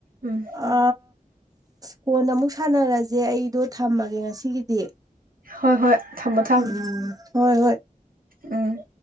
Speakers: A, on the right (about 80°); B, on the right (about 25°).
A: ꯎꯝ
B: ꯑ ꯀꯣꯟ ꯑꯃꯨꯛ ꯁꯥꯟꯅꯔꯁꯦ ꯑꯩ ꯑꯗꯣ ꯊꯝꯃꯒꯦ ꯉꯁꯤꯒꯤꯗꯤ
A: ꯍꯣꯏ ꯍꯣꯏ ꯊꯝꯃꯣ ꯊꯝꯃꯣ
B: ꯎꯝ ꯍꯣꯏ ꯍꯣꯏ
A: ꯎꯝ